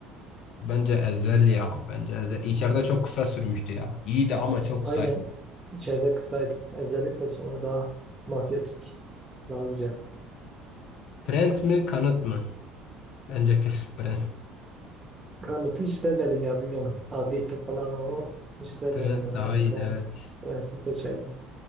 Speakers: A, on the left (about 65°); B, on the right (about 20°).
A: bence Ezel ya. Bence Ezel. İçeride çok kısa sürmüştü ya. İyiydi ama çok
B: Aynen
A: kısa.
B: içeride kısaydı. Ezeli seçim o daha mafyatik. Daha güzel.
A: Prens mi, Kanıt mı? Bence kesin <laughs> Prens.
B: Kanıt'ı hiç sevmedim ya biliyorum. Adli tıp falan o. Hiç sevmedim
A: Prens
B: ben
A: daha
B: onu.
A: iyiydi
B: Prens.
A: evet.
B: Prens'i seçerdim.